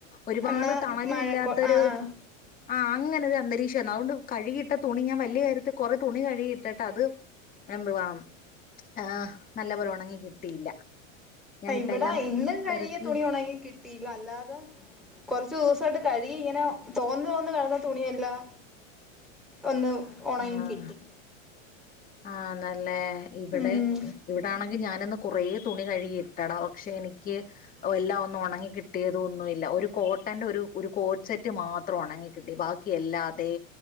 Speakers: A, on the left; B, in the centre.
A: ഒരുപാട്
B: എന്നാ
A: തണലു
B: മഴക്കോ
A: ഇല്ലാത്തൊരു
B: ആഹ് ആഹ്
A: ആഹ് അങ്ങനെ ഒരു അന്തരീക്ഷേന്നു അതൊണ്ട് കഴ്കിട്ട തുണി ഞാൻ വലിയ കാര്യത്തി കൊറേ തുണി കഴുകിട്ട്ട്ടത് എന്തുവാ ഏഹ് നല്ല പോലെ ഒണങ്ങി കിട്ടിയില്ല. ഞാനിപ്പ
B: ഇവടെ
A: എല്ലാം
B: ഇന്നും കഴ്കിയ
A: പെറുക്കി
B: തുണി ഒണങ്ങി കിട്ടീല്ല അല്ലാതെ കൊറച്ചൂസായിട്ട് കഴ്കി ഇങ്ങനെ തോന്നു തോന്ന് കെടന്ന തുണിയെല്ലാം ഒന്ന് ഒണങ്ങികിട്ടി
A: ആഹ് ആന്നല്ലേ ഇവടെ
B: ഉം
A: ഇവടാണെങ്കി ഞാനിന്ന് കൊറേ തുണി കഴുകിയിട്ടടാ ഒക്ഷെ എനിക്ക് ഓ എല്ലാ ഒന്നും ഒണങ്ങി കിട്ടിയതൊന്നുവില്ല ഒരു കോട്ടന്റെ ഒരു ഒരു കോട്ട് സെറ്റ് മാ- ത്രം ഒണങ്ങി കിട്ടി ബാക്കിയെല്ലാതെ